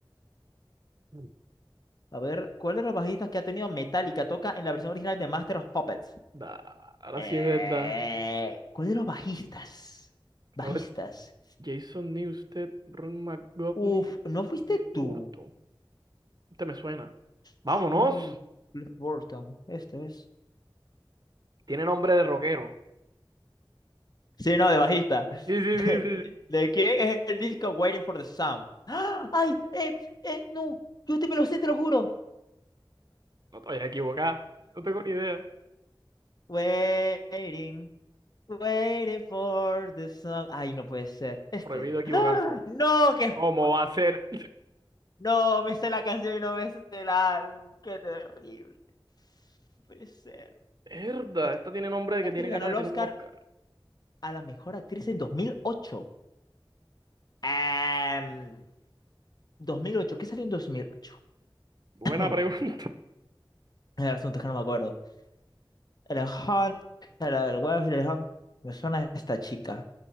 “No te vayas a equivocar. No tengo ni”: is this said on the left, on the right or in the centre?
Right